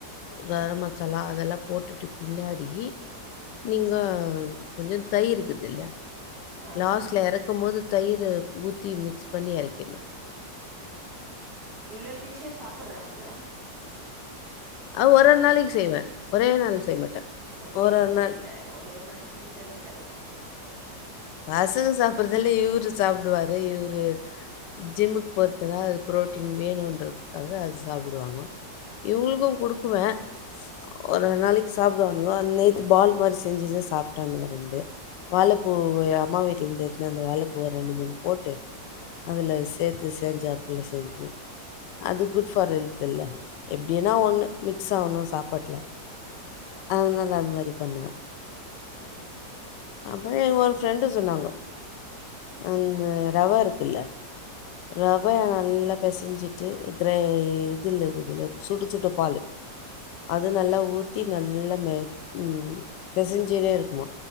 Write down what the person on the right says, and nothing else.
ஆ
இவ்வளோ டிஷ் சாப்பட்றாங்களா
ஒரே
நாள்ள
இல்ல ஒரு ஒரு நாளைக்கு செஞ்சாலே இதெல்லாம் சாப்பிடுறாங்களா
ம்
ம்
ம்
ஆ